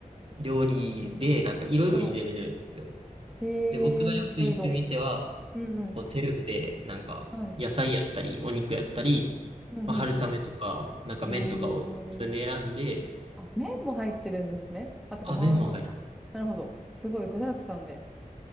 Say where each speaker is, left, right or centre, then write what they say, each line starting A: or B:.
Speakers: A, on the right (about 40°); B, in the centre.
A: 料理で、なんかいろいろ入れれるんですよ。
B: はい。えー、
A: で、僕がよく行く店は、
B: いろいろ。うんうん。
A: こうセルフで、なんか野菜やったり、
B: はい。
A: お肉やったり、
B: うんう
A: まあ春雨とか、なんか麺とかを自分で選んで、
B: ん。えー。あ、麺も入ってるんですね。あ、そっか、
A: あ、
B: マーラータン。
A: 麺も入って
B: なるほど。すごい具沢山で。